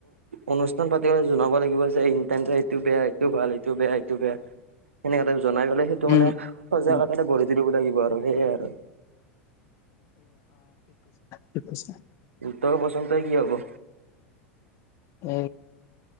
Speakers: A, on the right (about 80°); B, on the left (about 45°).
A: অনুষ্ঠান পাতিবলে জনাব লাগিব যে ইটাৰনেট এইটো বেয়া এইটো ভাল এইটো বেয়া এইটো বেয়া সেনেকে জনাই জনাই গলে সেইটো
B: উম
A: মানে সজাগটা
B: উম
A: গঢ়ি তুলিব লাগিব আৰু সেইয়াই আৰু
B: কি কৈছে
A: ভিতৰৰ পশ্ৰন ত কি হব
B: এ